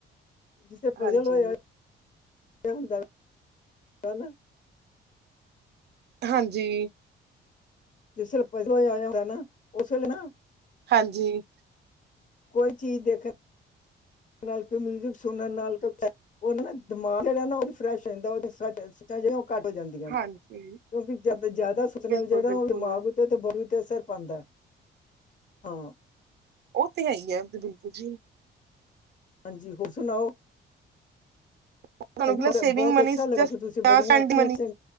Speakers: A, on the left; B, on the right.
A: ਜਿੱਥੇ ਪਜਲ
B: ਹਾਂਜੀ
A: ਹੋਏ ਹੋਆ ਹੁੰਦਾ। ਹ ਨਾ।
B: ਹਾਂਜੀ।
A: ਜਿਸ ਵੇਲੇ <unintelligible> ਹੋਇਆ ਹੁੰਦਾ ਨਾ ਉਸ ਵੇਲੇ ਨਾ
B: ਹਾਂਜੀ।
A: ਕੋਈ ਚੀਜ਼ ਦੇਖਣ ਨਾਲ ਕੋਈ ਮਿਊਜ਼ਕ ਸੁਣਨ ਨਾਲ ਕੋ, ਓਨਾ ਦਮਾਗ ਜੇੜਾ ਨਾ, ਓ ਫਰੈਸ਼ ਰੈਂਦਾ ਓ ਜਿਸ ਤਰਾਂ ਟੈਂਸ ਚਲ ਜੇੜੇ ਓ ਘੱਟ ਹੋ ਜਾਂਦੀਆਂ ਨੇ,
B: ਹਾਂਜੀ
A: ਕਿਉਂਕਿ ਜੱਦ ਜਾਅਦਾ ਸੋਚਣਾ
B: ਬਿਲਕੁਲ
A: ਵੀ ਜੇੜਾ
B: ਬਿਲਕੁਲ
A: ਓ ਦਿਮਾਗ ਤੇ ਬੋਰੂ ਤੇ ਅਸਰ ਪਾਂਦਾ ਐ, ਹਾਂ।
B: ਓ ਤੇ ਹੈ ਈ ਐ, ਬਿਲਕੁਲ ਜੀ।
A: ਹਾਂਜੀ, ਹੋਰ ਸੁਣਾਓ?
B: ਤੁਹਾਨੂੰ
A: ਅੱਜ
B: ਕਿ
A: ਬੌਤ,
B: ਸੇਵਿੰਗ
A: ਬੌਤ
B: ਮਨੀ
A: ਅੱਛਾ ਲੱਗਾ
B: ਜਸਟ
A: ਕਿ ਤੁਸੀਂ ਬੜੀਆਂ ਅੱਛੀਆਂ
B: ਮਨੀ
A: ਅੱਛੀਆਂ